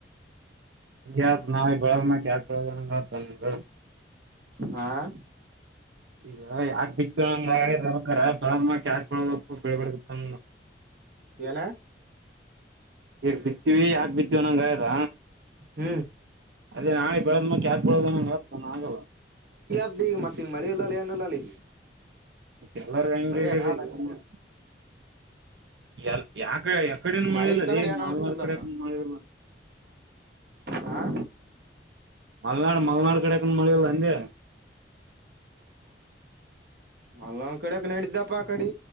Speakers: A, on the right; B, on the right.
A: ಯ ನ ಬಳ ಕಕಳ <unintelligible>
B: ಆ
A: ಈಗ ಯಾಕೆ ಬಿತವನ್ ಅಗೆದೆ ಕರೆ ಬಳದ ಮೇಕ್ ಯಾಕ ಬಳದು ಬೆಳಬಡ
B: ಏನ
A: ಈಗ್ ಬಿತ್ತೀವಿ ಯಾಕ ಬಿತ್ತೀವಿ ನಂಗಾಯದ
B: ಹ್ಮ್
A: ಅದೇ ನಾಳೆ ಬೆಳದ ಮಕಾಕ್ಬಳೋದ ಆಗಲ್ಲ
B: ಇದ ಈಗ ಮತ್ತೆ ಮಳಿ ಇಲ್ಲ ಏ ಇಲ್ಲ ಅ ಈಗ
A: ಎಲ್ಲರು ಹೆಂಗಗೆ
B: ಮಳಿನ
A: ಹಗಿದೆ
B: ಅದಂಗ ಈಗ
A: ಮಾಡ ಯ ಯಾಕ ಯ ಕಡೆನು ಮಳೆ
B: ಮಳಿ
A: ಇಲ್ಲ
B: ಇತ್ತಂದ್ರೆ
A: ರೀ
B: ಏನ್
A: ಮಲ್ವಾರ
B: ಅನಸ್ತಿದ್ಲಪ್ಪ
A: ಕಡೆಕ ಮಳೆ ಇಲ್ಲ
B: ಹಾ
A: ಮಲ್ನಾಡ್ ಮಲ್ನಾಡು ಕಡೆಕಂದ ಮಳಲ್ಲ ಅಂದಗೆ
B: ಮಲ್ಲೊಂದ್ ಕಡೆಕ್ ನಡಿದ್ದಪ್ಪ ಕಡೆ